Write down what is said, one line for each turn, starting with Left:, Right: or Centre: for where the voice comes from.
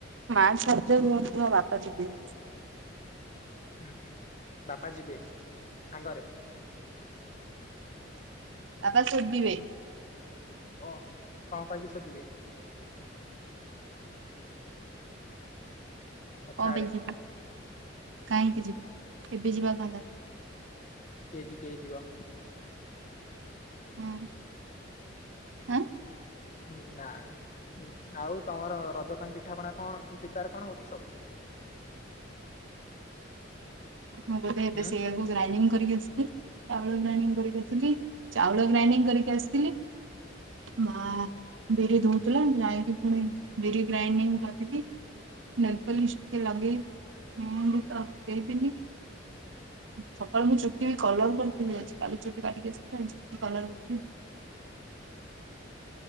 Right: ମା ଛାଡି
Left: ତୁ-
Right: ଦବ ମୋ ବାପା ଯିବେ।
Left: ହୁଁ ହୁଁ ବାପା ଯିବେ ସାଙ୍ଗରେ?
Right: ବାପା ସୋଦିବେ।
Left: ଓଃ କଣ କହିକି ସୋଦିବେ? ହଉ
Right: କଣ
Left: ଛାଡେ
Right: ପାଇଁ ଯିବୁ କାହିଁକି ଯିବୁ କେବେ ଯିବା କ
Left: କେଜି କେଜିି ବ
Right: ହୁଁ ଉଁ
Left: ହୁଁ ନା। ହଁ ଆଉ ତମର ରଜ ପାଇଁ ପିଠାପଣା କଣ ପ୍ରିପାର କଣ ହଉଛି ସବୁ?
Right: ମୁଁ ବୋଧେ ଏବେ
Left: ହୁଁ
Right: ସେଇଆକୁ ଗ୍ରାଇ <unintelligible> ତ ଗେଇବିନି ସକାଳୁ ମୁଁ ଚୁଟି ବି କଲର କରିଥିଲି ଆ କାଲି ଚୁଟି କାଟିକି ଆସିଥିଲି ଚ କଲର କରି <inaudible>